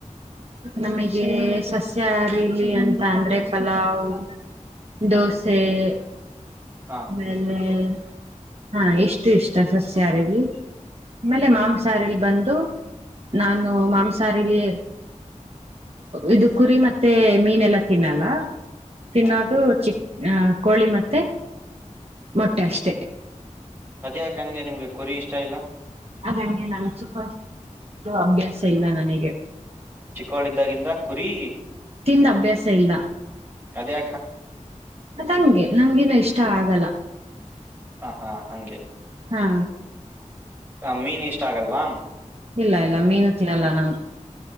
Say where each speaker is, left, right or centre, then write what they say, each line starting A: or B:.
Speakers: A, on the right; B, on the right.
A: ನಮಗೆ ಸಸ್ ಚಾರಿಲಿ ಅಂತ ಅಂದ್ರೆ ಪಲಾವ್
B: ಹ್ಮ್
A: ದೋಸೆ ಹ
B: ಹಾ
A: ಹಾ
B: ಹ್ಮ್
A: ಇಷ್ಟು ಇಷ್ಟ ಸಸ್ಯಾರಿಲ್ಲಿ ಆಮೇಲೆ ಮಾಂಸಾಹಾರಲ್ಲಿ ಬಂದು ನಾನು
B: ಹ್ಮ್
A: ಮಾಂಸಹಾರಿಲಿ ಇದು ಕುರಿ ಮತ್ತೆ ಮೀನೆಲ್ಲ ತಿನ್ನಲ್ಲ. ತಿನ್ನೋದು
B: ಹ್ಮ್
A: ಚಿ ಹ ಕೋಳಿ ಮತ್ತೆ ಮೊಟ್ಟೆಷ್ಟೆ
B: ಅದೇಯಾಕಂಗೆ ನಿಮ್ಗೆ ಕುರಿ ಇಷ್ಟ ಇಲ್ಲ
A: ಅದ ನ ಆಚು ಕ ಅಭ್ಯಾಸ ಇಲ್ಲ ನನಗೆ
B: ಚಿಕ್ಕವಳಿದ್ದಾಗಿಂದ ಕುರಿ
A: ತಿಂದ ಅಭ್ಯಾಸ ಇಲ್ಲ
B: ಅದೇ
A: ಅದಂಗೆ ನಂಗಗಿನ್ನುೂ ಇಷ್ಟ ಆಗಲ್ಲ
B: ಹ ಹಾ ಹಂಗೆ
A: ಹಾ
B: ಆ ಮೀನ್ ಇಷ್ಟ ಆಗಲ್ವಾ
A: ಇಲ್ಲ ಇಲ್ಲ ಮೀನು ತಿನ್ನಲ್ಲ ನಾನು